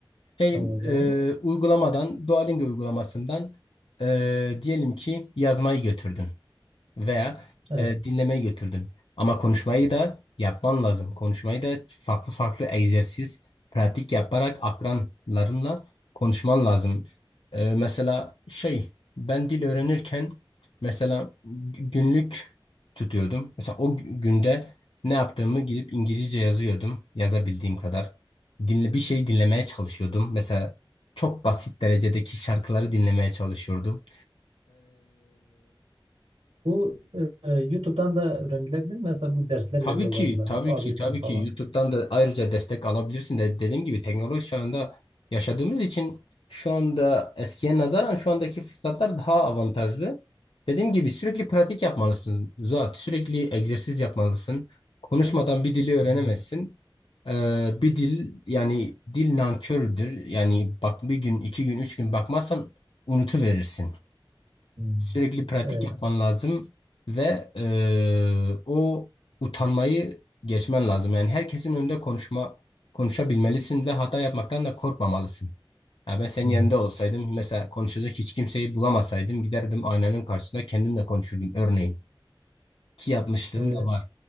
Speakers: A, on the left; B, on the right.
A: hey,
B: o zaman?
A: e, uygulamadan, Duolingo uygulamasından e, diyelim ki yazmayı götürdün veya
B: Evet.
A: e, dinlemeyi götürdün. Ama konuşmayı da yapman lazım. Konuşmayı da farklı farklı egzersiz, pratik yaparak akranlarınla konuşman lazım. E, mesela şey, ben dil öğrenirken mesela günlük tutuyordum. Mesela o gü- günde ne yaptığımı gidip İngilizce yazıyordum, yazabildiğim kadar. Dinle, bir şey dinlemeye çalışıyordum. Mesela çok basit derecedeki şarkıları dinlemeye çalışıyordum.
B: Bu e, e, YouTube'dan da öğrenilebilir. Mesela bu dersler
A: Tabii
B: veriyor
A: ki,
B: bazıları.
A: tabii
B: A1'den
A: ki, tabii
B: falan.
A: ki YouTube'dan da ayrıca destek alabilirsin de dediğim gibi teknoloji çağında yaşadığımız için şu anda eskiye nazaran şu andaki fırsatlar daha avantajlı. Dediğim gibi sürekli pratik yapmalısın Zuhat, sürekli egzersiz yapmalısın. Konuşmadan bir dili öğrenemezsin. Ee, bir dil yani dil nankördür. Yani bak bir gün, iki gün, üç gün bakmazsan unutuverirsin.
B: Hmm.
A: Sürekli pratik
B: Evet.
A: yapman lazım ve eee, o utanmayı geçmen lazım. Yani herkesin önünde konuşma konuşabilmelisin ve hata yapmaktan da korkmamalısın. Ya ben senin
B: Hmm.
A: yerinde olsaydım mesela konuşacak hiç kimseyi bulamasaydım giderdim aynanın karşısında kendimle konuşurdum örneğin. Ki yapmışlığım
B: E,
A: da var